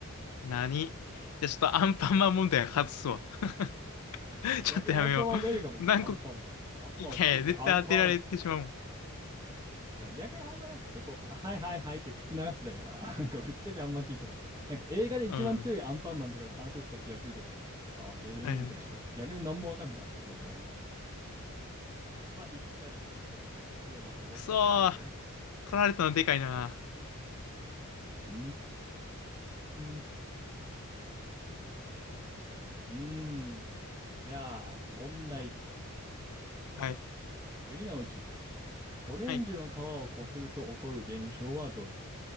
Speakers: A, on the left; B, on the right.
A: 何で、ちょっとアンパンマン問題外すわ。<laughs>
B: <laughs>
A: ちょっとやめよう。
B: 逆にアンパンマンウェルカムですよ、
A: 何個、
B: アンパンマン。アンパンマン好きですよ、
A: いやいや、絶対当てられてしまうもん。
B: アンパンチですよ。いや逆にあんまなんか結構、あ、はいはいはいって聞き流してたから、<laughs> なんかぶっちゃけあんま聞いてない。なんか映画で一番強いアンパンマンとかの話をした気がするけど、
A: うん。
B: あ、へえ、
A: はいはい。
B: みたいな。<laughs> 逆に何もわかんなかった、そこら辺も。まあ、一対一ということで、次はまた僕の番ですね。
A: くそー。取られたのでかいな。
B: うーん、うーん。じゃあ、問題。
A: はい。
B: 次のうち、オレンジの皮をこすると起こる現象はどれ
A: はい。